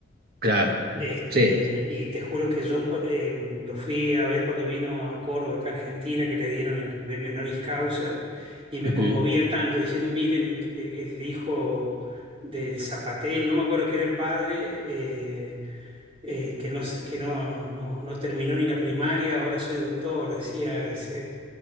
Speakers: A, on the right (about 50°); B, on the right (about 30°).
A: Claro,
B: Este,
A: sí.
B: y te juro que yo por- eh, lo fui a ver cuando vino a Córdoba, acá a Argentina, que le dieron el premio honoris causa, y me
A: Ujú,
B: conmovía tanto diciendo, miren, el, el- el hijo del zapatero, no me acuerdo que era el padre, eh, eh, que no, se- que no, no, no terminó ni la primaria, ahora soy doctor, decía ese,